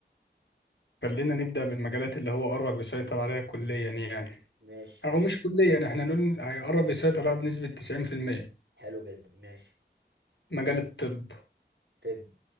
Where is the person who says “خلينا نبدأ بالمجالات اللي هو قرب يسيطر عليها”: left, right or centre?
Left